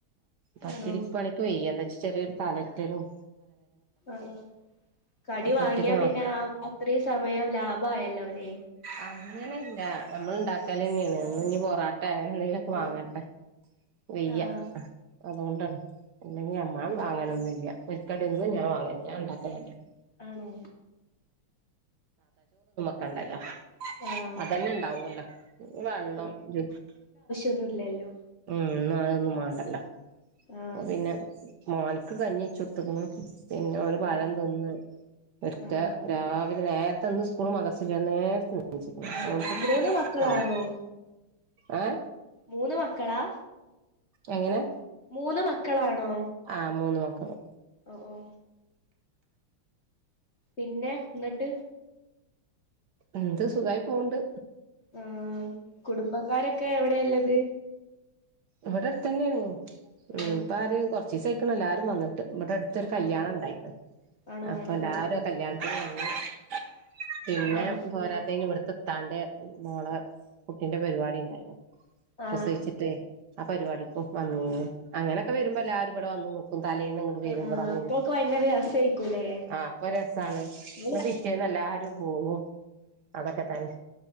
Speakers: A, on the right; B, on the left.
A: പത്തിരിപ്പണിക്ക്
B: ആണോ
A: വെയ്യ എന്തച് ചെറിയൊരു തലൊറ്റലും
B: ആഹ് ആഹ് കടി
A: അപ്പൊ
B: വാങ്ങ്യാ
A: ഒറ്റക്ക് നട
B: പിന്നെ ആ അത്രേ സമയം ലാഭായല്ലോ. ല്ലോല്ലേ
A: അങ്ങനെ ല്ല നമ്മള്ണ്ടാ ക്കലെന്നെണ് ഇന്ന്
B: ആഹ്
A: ഞ് പൊറാട്ടേ അങ്ങനെ ന്തെങ്കിലൊക്കെ
B: ആണോ
A: വാങ്ങട്ടെ വെയ്യ
B: ആഹ്
A: അത്കൊണ്ടാണ് ഇല്ലെങ്കി അമ്മാ
B: ഉം
A: മാങ്ങാലൊന്നുല്ല ഒര്ക്കട്യൊന്നും ഞാൻ വാങ്ങേല ഞാണ്ടാക്കാലെന്നെണ്.
B: ആണോ?
A: ക്കണ്ടല്ലോ
B: ആഹ്
A: അതെന്നെ ണ്ടാവൊല്ലോ വള്ളം <unintelligible>
B: ഒന്നുല്ലല്ലോ
A: ഉം ഇന്നതൊന്നും മാണ്ടല്ലോ
B: ആഹ്
A: അപ്പൊ പിന്നെ മോൻക്ക് കഞ്ഞി വെച്ചൊട്ത്ത്ക്ക്ണ്. പിന്നെ അവന് പഴം
B: ആണോ
A: തിന്ന് ഒര്ക്കെ
B: ആഹ്
A: രാ വിലെ നേര്ത്തെ ഇന്ന് സ്കൂളും മദ്രസുല്ല നേരത്തെ എണീച്ച്ക്ക്ണ് <unintelligible>
B: ആഹ് മൂന്ന് മക്കളാണോ
A: ആഹ് ഏഹ്
B: മൂന്ന് മക്കളാ?
A: എങ്ങനെ?
B: മൂന്ന് മക്കളാണോ?
A: ആ മൂന്ന് മക്കള്
B: ഓഹ് ഓഹ് പിന്നെ ന്നട്ട്
A: എന്ത് സുഖായി പോവ്ണ്ട്.
B: ആഹ് കുടുംബക്കാരൊക്കെ എവിടെള്ളത്?
A: ഇവടട്ത്തെന്നെണ്.
B: ആണോ
A: ഉം ഇപ്പ ആര് കൊർച്ചീസായിക്ക്ണ് എല്ലാരും വന്ന്ട്ട്. ഇബടട്ത്തൊരു കല്യാണണ്ടായിണ്
B: ആഹ് ആണോ
A: അപ്പൊ
B: ആണോ
A: ല്ലാരും കല്യാണത്തിന് വ <inaudible> പിന്നെ
B: ആഹ്
A: പോരാത്തയ്ന് ഇവട്ത്ത്ത്താന്റെ മോളെ കുട്ടിന്റെ പരിപാടി ഉണ്ടായിരുന്നു
B: ആഹ്
A: പ്രസവിച്ചിട്ടേ ആ പരിപാടിക്കും വന്നി അങ്ങനെയൊക്കെ വരുമ്പോ എല്ലാരും ഇവിടെ വന്നു ഇപ്പ തലേൽ നിന്ന് അങ്ങോട്ട് പേരുും്പോടന്നും
B: ആഹ് ആഹ് അപ്പൊക്കെ ഭയങ്കര രസായിക്കൂലേ
A: ആഹ് അപ്പൊ രസമാണ്
B: നിങ്ങള്
A: ഇ പിറ്റേന്ന് എല്ലാരും പോകു അതൊക്കെ തന്നെ